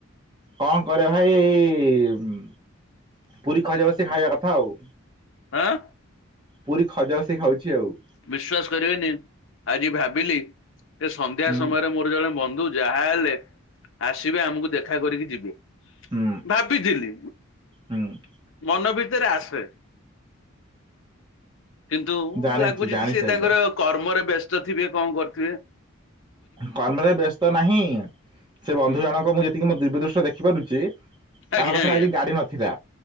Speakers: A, on the right; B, on the left.
A: କଣ କରିବା ଭାଇ ଏଇ ଉଁ, ପୁରୀ ଖଜା ବସ ସେ ଖାଇବା କଥା ଆଉ।
B: ଆଁ,
A: ପୁରୀ ଖଜା ବସି ଖାଉଛି ଆଉ।
B: ବିଶ୍ଵାସ କରିବେନି ଆଜି ଭାବିଲି ଯେ ସନ୍ଧ୍ୟା
A: ହୁଁ
B: ସମୟରେ ମୋର ଜଣେ ବନ୍ଧୁ ଯାହା ହେଲେ ଆସିବେ ଆମକୁ ଦେଖା କରିକି ଯିବେ।
A: ହୁଁ।
B: ଭାବିଥିଲି,
A: ହୁଁ
B: ମନ ଭିତରେ ଆସେ। କିନ୍ତୁ
A: ଜାଣିଛି
B: ଲାଗୁଚି
A: ଜାଣିଛି
B: ତି ସିଏ ତାଙ୍କର
A: ଆଜ୍ଞା
B: କର୍ମରେ ବ୍ୟସ୍ତ ଥିବେ କଣ କରଥିବେ।
A: କର୍ମରେ ବ୍ୟସ୍ତ ନାହିଁ, ସେ ବନ୍ଧୁ
B: ହୁଁ
A: ଜଣକ ମୁଁ ଯେତିକି ମୋ ଦିବ୍ୟ ଦୃଷ୍ଟି ର ଦେଖି ପାରୁଛି ତାଙ୍କ
B: ଆଜ୍ଞା
A: ପାଖରେ
B: ଆଜ୍ଞା
A: ଆଜି ଗାଡି ନଥିଲା